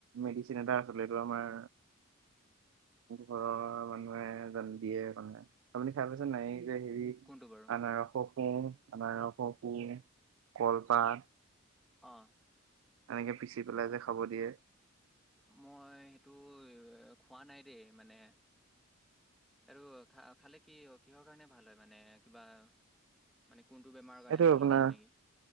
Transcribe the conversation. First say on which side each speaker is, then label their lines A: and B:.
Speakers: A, on the right (about 70°); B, in the centre.
A: মেডিচিন এটা আছিলে, এইটো আমাৰ ঘৰৰ মানুহে আনি দিয়ে মানে, আপুনি খাই পাইছে নাই এই এই যে হেৰি
B: কোনটো বাৰু
A: আনাৰসৰ কোঁহ, আনাৰসৰ কোঁহ, কলপাত
B: অ'।
A: এনেকে পিচি পেলাই যে খাব দিয়ে।
B: মই সেইটো খোৱা নাই দেই, মানে সেইটো খা-খালে কি-কিহৰ কাৰণে ভাল হয় মানে, কিবা মানে কোনটো বেমাৰৰ কাৰণে
A: এইটো
B: ভাল
A: আপোনাৰ
B: হয় জানে নেকি?